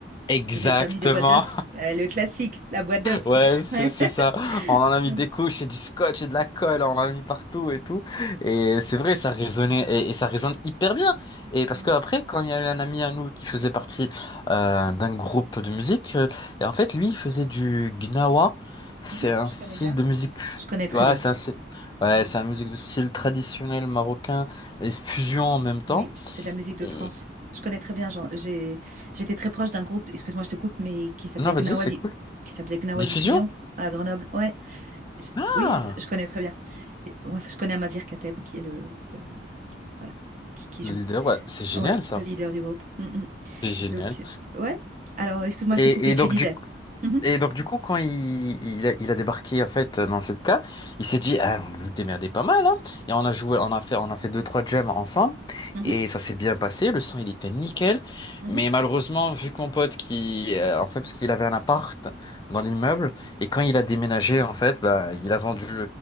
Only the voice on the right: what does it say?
Vous n'avez pas mis des boîtes d'œufs? Euh, le classique, la boîte d'œufs.
Ouais.
<laughs>
Ouais,
Mhm.
Je
connais bien.
je connais très
bien.
Mm.
Oui, c'est de la musique de
trance. Je connais très bien. j'en- j'ai- J'étais très proche d'un groupe, excuse-moi, je te coupe, mais qui s'appelait
Gnawa,
Di-
qui s'appelait Gnawa
Diffusion à Grenoble. Ouais, je-
oui, je connais très bien. Et- ouais, je connais Amazir Kateb, qui est le, le- voilà, qui, qui
joue.
Ouais,
le leader du groupe. Mm, mm.
Donc, ouais. Alors, excuse-moi,
je t'ai coupé,
tu disais.
Mhm,
mhm,
mhm,